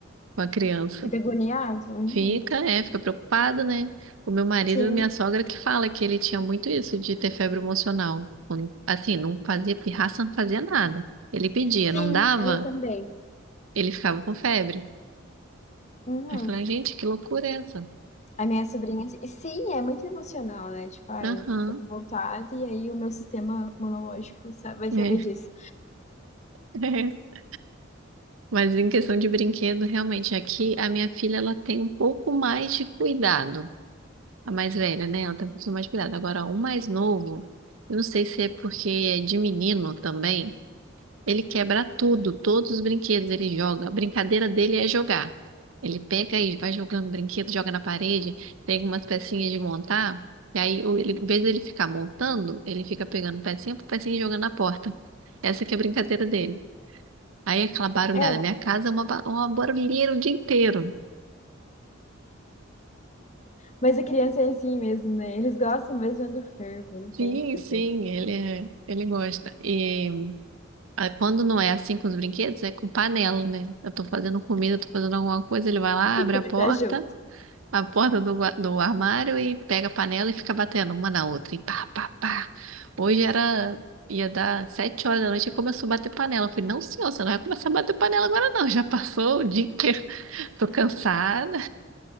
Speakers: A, on the right; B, on the left.
A: com a criança.
B: Fica agoniado? Uhum.
A: Fica, é, fica preocupado, né? O meu marido
B: Sim,
A: e minha sogra que fala que ele tinha muito isso de ter febre emocional. Quando- Assim, não fazia pirraça, não fazia nada. Ele pedia,
B: sim,
A: não dava,
B: ela também.
A: ele ficava com febre.
B: Uhum.
A: Aí eu falei, gente, que loucura é essa?
B: A minha sobrinha, assim, e sim, é muito emocional, né? Tipo, ah,
A: Aham,
B: eu tô com vontade e aí o meu sistema monológico sa- vai
A: né?
B: saber disso.
A: <laughs> Mas em questão de brinquedo, realmente, aqui a minha filha ela tem um pouco mais de cuidado. A mais velha, né? Ela tem um pouquinho mais de cuidado. Agora, o mais novo, eu não sei se é porque é de menino também. Ele quebra tudo, todos os brinquedos ele joga. A brincadeira dele é jogar. Ele pega e vai jogando o brinquedo, joga na parede, pega umas pecinhas de montar, e aí, o- ele, em vez dele ficar montando, ele fica pegando pecinha por pecinha e jogando na porta. Essa que é a brincadeira dele. Aí é aquela barulhada.
B: É,
A: Minha casa é uma, ba- uma barulheira o dia inteiro.
B: mas a criança é assim mesmo, né? Eles gostam mesmo do fervo, não
A: Sim,
B: tem o que fazer.
A: sim, ele, é- ele gosta. E ah, quando não é assim com os brinquedos, é com panela, né? Eu tô fazendo comida, tô fazendo alguma coisa, ele vai lá,
B: Ele
A: abre a porta.
B: tá junto.
A: a porta do, gua- do armário e pega a panela e fica batendo uma na outra. E pá, pá, pá. Hoje era. Ia dar sete horas da noite e começou a bater panela. Eu falei, não, senhor, você não vai começar a bater panela agora, não. Já passou o dia inteiro. <laughs> Tô cansada.